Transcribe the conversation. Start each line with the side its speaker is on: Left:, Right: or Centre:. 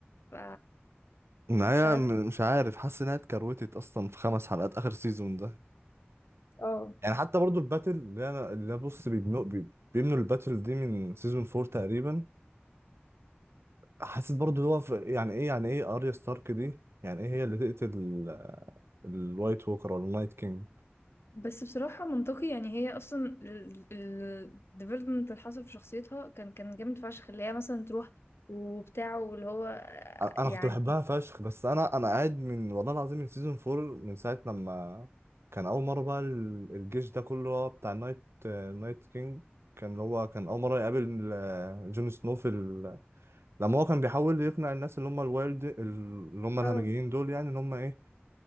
Left: ف
Right: النهاية
Left: مش عارفه
Right: م- مش عارف حاسس إنها اتكروتت أصلا في خمس حلقات آخر سيزون ده
Left: اه
Right: يعني حتى برضو الباتل اللي أنا اللي أنا بص بيبنوا بي- بيبنوا الباتل دي من سيزون فور تقريبا حسيت برضو اللي هو في- يعني إيه يعني إيه أريا ستارك دي يعني إيه هي اللي تقتل ال- الوايت ووكر ولا النايت كينج
Left: بس بصراحه منطقي يعني هي اصلا الديفلوبمنت اللي حصل في شخصيتها كان كان جامد فشخ اللي هي مثلا تروح وبتاعه واللي هو
Right: انا
Left: يعني
Right: كنت بحبها فشخ بس انا انا قاعد من والله العظيم من سيزون 4 من ساعه لما كان اول مره بقى ال- الجيش ده كله هو بتاع نايت نايت كينج كان اللي هو كان اول مره يقابل آه، جون سنو في ال... لما هو كان بيحاول يقنع الناس اللي هم الوايلد اللي هم الهمجيين
Left: اه
Right: دول يعني اللي هم ايه